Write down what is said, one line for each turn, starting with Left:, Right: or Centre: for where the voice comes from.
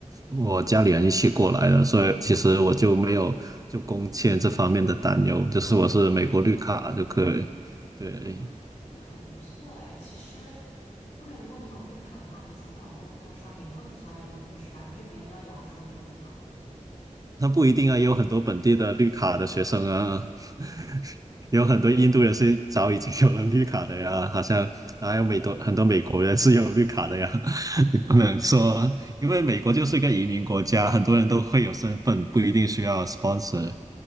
Right: 我家里人一起过来的，所以其实我就没有就工签这方面的担忧，就是我是美国绿卡就可以。
Left: 啊，
Right: 对，
Left: 哇，那那很不错哎。其实，我感觉如果你有绿卡的话，你在找工作上也会比其他人有优势啊，因为别人都要摇身份这样。
Right: 那不一定啊，也有很多本地的绿卡的学生啊，<laughs> 有很多印度人是早已经有了绿卡的呀，好像还有美多很多美国人是有绿卡的呀，<laughs> 你不能说，因为美国就是一个移民国家，很多人都会有身份，不一定需要 sponsor，